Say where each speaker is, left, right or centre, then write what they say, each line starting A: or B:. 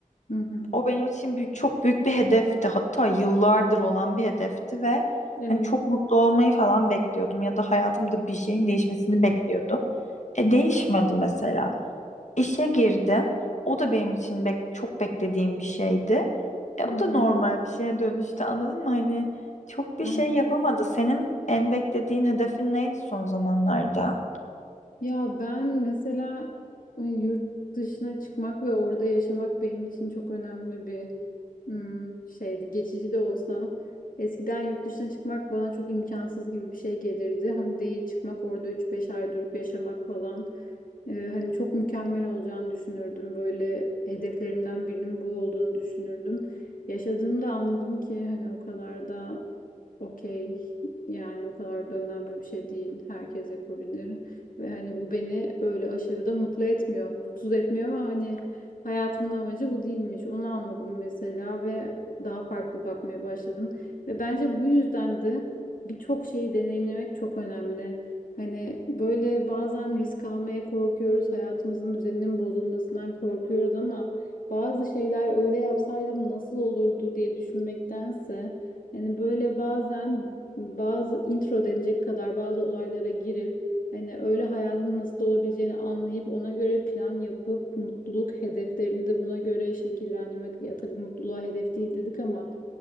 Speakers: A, on the left; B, on the left.
A: Hı hı.
B: O benim için bir, çok büyük bir hedefti. Hatta yıllardır olan bir hedefti ve
A: Evet.
B: hani çok mutlu olmayı falan bekliyordum ya da hayatımda bir şeyin değişmesini bekliyordum. E
A: Hı
B: değişmedi mesela. İşe girdim. O da benim için bek çok beklediğim bir şeydi. E,
A: hı.
B: o
A: hı.
B: da normal bir şeye dönüştü anladın mı? Hani çok bir
A: Aynen.
B: şey yapamadı. Senin en beklediğin hedefin neydi son zamanlarda?
A: Ya ben mesela e, yurt dışına çıkmak ve orada yaşamak benim için çok önemli bir hmm, şeydi. Geçici de olsa. Eskiden yurt dışına çıkmak bana çok imkansız gibi bir şey gelirdi. Hani değil çıkmak orada üç beş ay durup yaşamak falan. E, hani çok mükemmel olacağını düşünürdüm. Böyle hedeflerimden birinin bu olduğunu düşünürdüm. Yaşadığımda anladım ki hani o kadar da okey yani o kadar da önemli bir şey değil. Herkes yapabilir. Ve hani bu beni öyle aşırı da mutlu etmiyor. Mutsuz etmiyor ama hani hayatımın amacı bu değilmiş. Onu anladım mesela ve daha farklı bakmaya başladım. Ve bence bu yüzden de birçok şeyi deneyimlemek çok önemli. Hani böyle bazen risk almaya korkuyoruz. Hayatımızın düzeninin bozulmasından korkuyoruz ama bazı şeyler öyle yapsaydım nasıl olurdu diye düşünmektense hani böyle bazen bazı intro denecek kadar bazı olaylara girip Hani öyle hayatın nasıl olabileceğini anlayıp ona göre plan yapıp mutluluk hedeflerini de buna göre şekillendirmek. Ya tabii mutluluğa hedef değil dedik ama